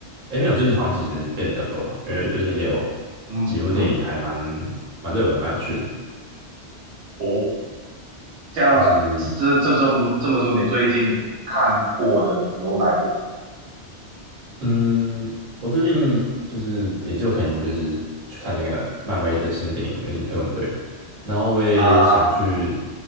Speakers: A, on the right; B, on the right.
A: 哎，没有，最近好像其实变比较多了，因为最近也有
B: 嗯嗯，
A: 几部电影还蛮蛮热门，蛮有趣的。
B: 哦，这样这这这这么这么说，
A: 就是
B: 你最近看过的有哪一部
A: 嗯，我最近就是也就看一部，就是去看那个漫威的新的电影《那个特工队》，然后我也想去，
B: 啊？